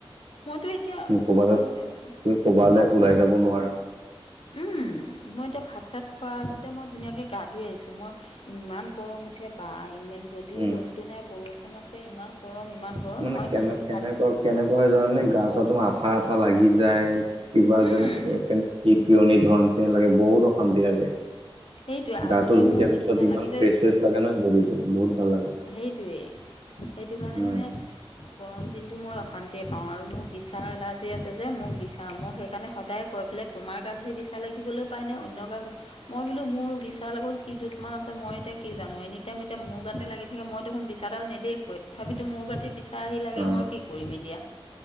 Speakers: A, on the left; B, on the right.
A: মইতো এতিয়া
B: তুমি
A: অকণমান
B: কবালে
A: আগতে ভাত
B: তুমিও কবালে
A: ভাত
B: ওলাই
A: চাত
B: যাব নোৱাৰা।
A: উম মই এতিয়া ভাত চাত খোৱাৰ আগতে মই ধুনীয়াকে গা ধুই আহিছোঁ মই ইমান গৰম উঠে বা যদিও
B: উম
A: ৰ'দতটো নাই বৰষুণ আছে ইমান গৰম ইমান গৰম
B: মানে
A: মই
B: কেনে কেনেকুৱা
A: ভাত
B: কেনেকুৱা হয় জানানে গা চা ধু আঠা আঠা লাগি যায় কিবা
A: উম,
B: যেন কেন পিয়নী ধৰা নিছিনা লাগে বহুত অশান্তি লাগে
A: সেইটোৱে আৰু
B: গাটো
A: তাতে
B: ধুই
A: মোৰ
B: দিয়াৰ
A: বিচনা
B: পিছত ইমান
A: লাগি
B: ফ্ৰেছ-চ্ৰেছ লাগে নহয় বডিটো বহুত ভাল লাগে।
A: সেইটোৱে সেইটো কাৰণে
B: উম
A: মানে গৰম দিনটো মই অশান্তিয়ে পাওঁ আৰু মোৰ বিচাৰ এলাৰ্জি আছে যে মই বিচাৰ মোক সেইকাৰণে সদায় কৈ পেলাই তোমাৰ গাতহে বিচা লাগিবলৈ পায়নে অন্য গাত মই বোলো মোৰ বিচাৰ লগত কি দুশ্মন আছে মই এতিয়া কি জানো, এনিটাইম এতিয়া মোৰ গাতে লাগি থাকে মই দেখোন বিছাডাল নেদেখুৱে তথাপিতো মোৰ গাতেই বিচা আহি লাগে
B: অ
A: মই কি কৰিম এতিয়া?